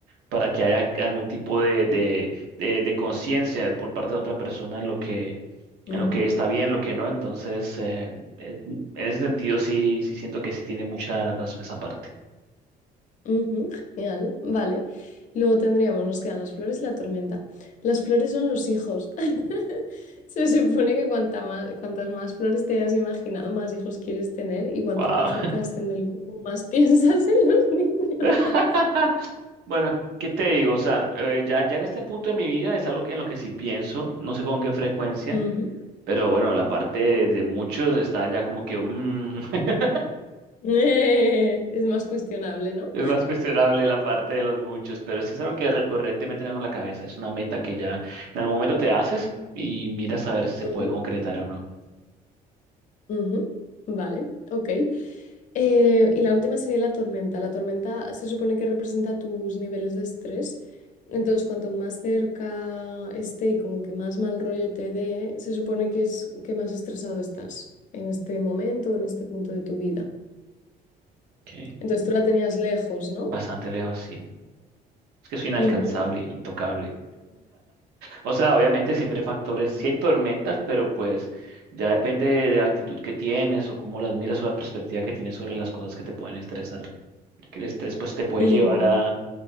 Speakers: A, on the right (about 80°); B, on the left (about 50°).
A: para que haya algún tipo de, de, de, de conciencia por parte de otra persona en lo que,
B: ujú.
A: en lo que está bien, lo que no. Entonces, eh, eh, en ese sentido sí, sí siento que sí tiene mucha razón esa parte.
B: Ujú, genial, vale. Luego tendríamos, nos quedan las flores y la tormenta. Las flores son los hijos. <laughs> Se supone que cuanta más, cuantas más flores te hayas imaginado, más hijos quieres tener y cuanto
A: Wow.
B: más cerca estén del cubo, más <laughs> piensas en los niños.
A: <laughs> Bueno, ¿qué te digo? O sea, eh, ya, ya en este punto de mi vida es algo que- en lo que sí pienso, no sé con qué frecuencia,
B: Ujú.
A: pero bueno, la parte de, de muchos está ya como que mm, <laughs>
B: <laughs> es más cuestionable, ¿no?
A: es más cuestionable la parte de los muchos, pero sí es algo que recurrentemente tengo en la cabeza, es una meta que ya en algún momento te haces y miras a ver si se
B: Ujú,
A: puede concretar o no.
B: ujú. Vale, ok. Eh, y la última sería la tormenta. La tormenta se supone que representa tus niveles de estrés. Entonces, cuanto más cerca esté y como que más mal rollo te dé, se supone que es que más estresado estás en este momento o en este punto de tu vida.
A: Ok,
B: Entonces, tú la tenías lejos, ¿no?
A: Bastante lejos, sí. Es que soy inalcanzable,
B: Ujú,
A: intocable. O sea, obviamente siempre hay factores, sí hay tormentas, pero pues ya depende de la actitud que tienes o cómo las miras o la perspectiva que tienes sobre las cosas que te pueden estresar. Porque el estrés pues te puede
B: ujú,
A: llevar a,